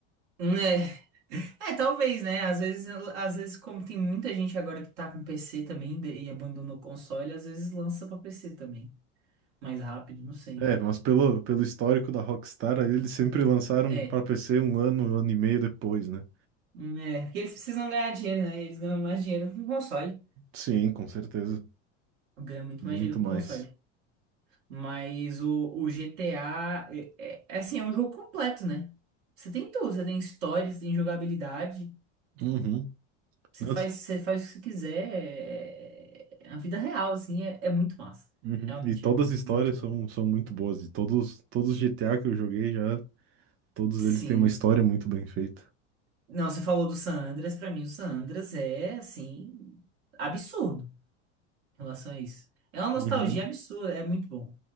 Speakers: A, on the right; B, on the right.
A: hum, é. É, talvez, né? Às vezes, às vezes, como tem muita gente agora que tá com PC também de- e abandonou o console, às vezes lança pra PC também. Mais rápido, não sei.
B: É, mas pelo, pelo histórico da Rockstar, aí eles sempre lançaram
A: É.
B: para PC um ano, um ano e meio depois, né?
A: hum, É, porque eles precisam ganhar dinheiro, né? Eles ganham mais dinheiro com console.
B: Sim, com certeza.
A: Ganha muito
B: Muito
A: mais dinheiro
B: mais.
A: com console. Mas o, o GTA é, é- é assim, é um jogo completo, né? Você tem tudo, você tem história, você tem jogabilidade,
B: Uhum.
A: você
B: Não,
A: faz,
B: tu-
A: você faz o que você quiser. É, é a vida real, assim, é, é muito massa.
B: uhum.
A: Realmente
B: E todas
A: é muito
B: as histórias
A: massa.
B: são, são muito boas. E todos, todos os GTA que eu joguei já, todos
A: Sim.
B: eles têm uma história muito bem feita.
A: Não, você falou do San Andreas, pra mim o San Andreas é assim, absurdo em relação a isso. É uma nostalgia
B: Uhum.
A: absurda, é muito bom.